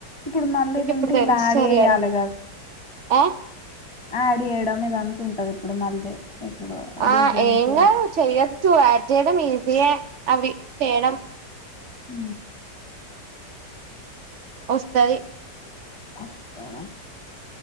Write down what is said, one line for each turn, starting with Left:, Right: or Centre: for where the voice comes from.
Left: ఇప్పుడు మళ్ళీ
Right: నీకు
Left: ఇది
Right: ఇప్పుడుతేలుస్తది
Left: ఉంటే ఇలా యాడ్ చేయాలి
Right: కదా ఆ
Left: యాడ్ చేయడం ఇది అంత ఉంటది ఇప్పుడు మళ్ళీ ఇప్పుడు
Right: ఆ
Left: దీంట్లో నుంచి
Right: ఎంగాదు చెయ్యచూ ఆడ్ చేయడం ఈజీయే అవి చేయడం.
Left: ఆ
Right: వస్తది
Left: వస్తదా